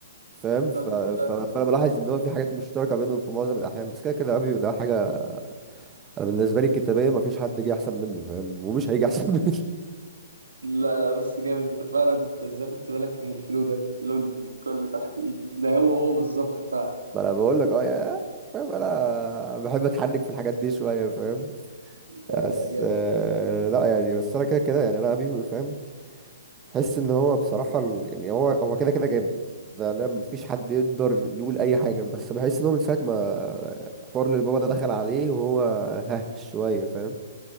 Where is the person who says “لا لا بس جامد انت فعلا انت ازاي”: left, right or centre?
Right